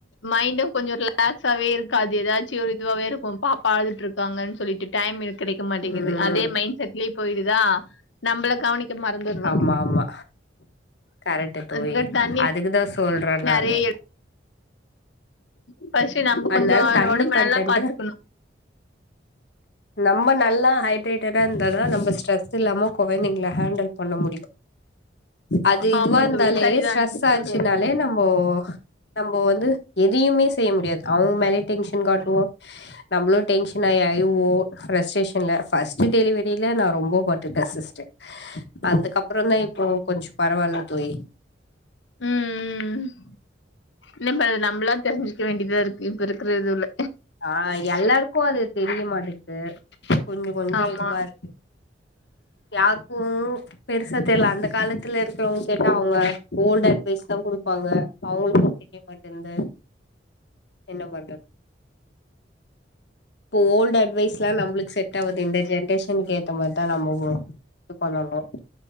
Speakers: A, on the left; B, on the left.
A: மைண்டு கொஞ்ச ரிலாக் ரிலாக்ஸாவவே இருக்காது ஏதாச்சு ஒரு இதுவாவே இருக்கு பாப்பா அழுதுட்டு இருக்காங்கன்னு சொல்லிட்டு டைம் இருக் கிடைக்க மாட்டிங்குது
B: ம்
A: அதே மைண்ட் செட்லயே போயிடுதா நம்மள கவனிக்க மறந்துடுறோ
B: ஆமா ஆமா கரெக்டு தோழி
A: அதுக்கு தண்ணி
B: அதுக்குதா சொல்றே
A: நெறைய
B: நானு
A: ஃபர்ஸ்ட் நம்ம
B: அதனால
A: கொஞ்ச
B: தண்ணி
A: உடம்பு
B: கன்டன்ட்
A: நல்லா பாத்துக்கணு
B: நம்ம நல்லா ஹைட்ரேட்டடா இருந்தாதா நம்ம ஸ்ட்ரெஸ் து இல்லாம கொய்ந்தங்கள ஹேண்டல் பண்ண முடியு அது இதுவா
A: ஆமா
B: இருந்தாலே
A: தோழி சரிதா
B: ஸ்ட்ரெஸ்
A: நீங்க
B: ஆச்சுனாலே
A: சொல்றது
B: நம்மோ நம்ம வந்து எதயுமே செய்ய முடியாது அவங்க மேலயே டென்ஷன் காட்டுவோ நம்பளு டென்ஷனா அழுவோ ப்ரஸ்ட்ஸேஷன்ல ஃபர்ஸ்ட் டெலிவரியில நா ரொம்ப ப ட்டுட்டே சிஸ்டர் அதுகப்றோந்தா இப்போ கொஞ்சோ பரவால்ல தோயி
A: ம் ம் <unintelligible> நம்மளா தெரிஞ்சுக்க வேண்டியதா இருக்கு இப்ப இருக்கற இதுல
B: ஆ எல்லாருக்கு அது தெரிய மாட்டேங்குது கொஞ்ச கொஞ்சோ
A: ஆமா
B: இதுவா இருக் யார்க்கு பெருசா தெர்ல அந்த காலத்துல இருக்கிறவங்க கேட்டா அவுங்க ஓல்டு அட்வைஸ் தா குடுப்பாங்க அவுங்களுக்கு தெரியமாட் பட் இந்த என்ன பண்ற போ ஓல்டு அட்வைஸ்லா நமளுக்கு செட் ஆவது இந்த ஜென்ரேஷன்க்கு ஏத்த மாரிதா நம்மவு பண்ணணு